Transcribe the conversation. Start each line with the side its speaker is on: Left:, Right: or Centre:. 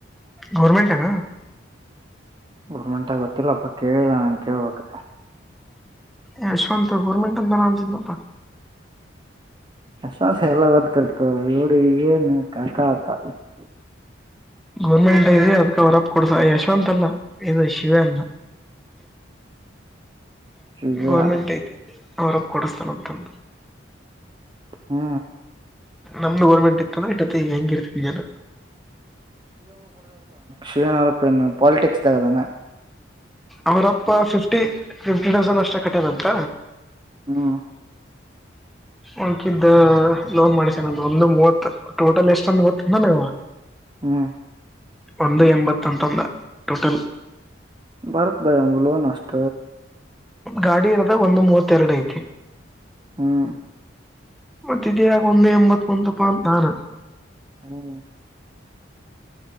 Centre: ಗೌರ್ಮೆಂಟ್ ಏನ್?
Right: ಗೌರಮೆಂಟ್ ಗೊತ್ತಿಲ್ಲಪ್ಪ ಕೇಳಿಲ್ಲ ನಾನ್ ಕೇಳ್ಬೇಕ.
Centre: ಯಶವಂತ ಗರ್ಮೆಟ್ಂತ ಅಣ್ಣಾತಿದ್ದ ನಪ್ಪ.
Right: ಯಶವಂತ್ ಎಲ್ಲ ಗೊತ್ತಿರ್ತಾದ್ ನೋಡ ಈಗೆ ಹ್ಮ <unintelligible>
Centre: ಗೌರ್ಮೆಂಟ್ ಇದೆ ಅದ್ಕ ಅವರಪ್ ಕೊಡ್ಸ ಯಶವಂತಲ್ಲ ಇಲ್ ಶಿವ್ಯಾ ಅಲ್ಲ
Right: ಶಿವ್ಯ
Centre: ಗೌರ್ಮೆಂಟ್ ಐತಿ. ಅವರಪ್ ಕೊಡಿಸ್ತಾನಂತಂದ.
Right: ಹಾ
Centre: ನಮ್ದು ಗೋರ್ಮೆಂಟ್ ಇತ್ತಂದ್ರ ಇಟ್ಟತಿಗ್ ಹೆಂಗೀರ್ತಿತ್ ಇಲ್.
Right: ಶಿವ್ಯನೋರಪ್ಪ ಏನ ಪಾಲಿಟಿಕ್ಸ್ ದಾಗ್ ಅದಾನ್
Centre: ಅವರಪ್ಪ ಫಿಫ್ಟಿ. ಫಿಫ್ಟಿ ಥೌಸಂಡ್ ಅಷ್ಟ ಕಟ್ಯಾನ್ ಅಂತ.
Right: ಹ್ಮ
Centre: ಉಳಕಿದ್ದ ಲೋನ್ ಮಾಡ್ಸ್ಯಾನ್ ಅಂತ್ ಒಂದು ಮೂವತ್ತ ಟೋಟಲ್ ಎಷ್ಟಂದ್ ಗೊತ್ತೇನ್ ನಂಗ್ ಅವ.
Right: ಹ್ಮ್
Centre: ಒಂದು ಎಂಬತ್ತ ಅಂತಂದ ಟೋಟಲ್.
Right: ಭರತ್ ಭಾಯ ಅವ್ನ್ಗ ಲೋನ್ ಅಷ್ಟ.
Centre: ಗಾಡಿ ಇರದ ಒಂದು ಮೂವತ್ತ ಎರಡ ಐತಿ.
Right: ಹ್ಮ್
Centre: ಮತ್ತಿದ ಯಾಕ್ ಒಂದು ಎಂಬತ್ತ. <unintelligible>
Right: ಹ್ಮ್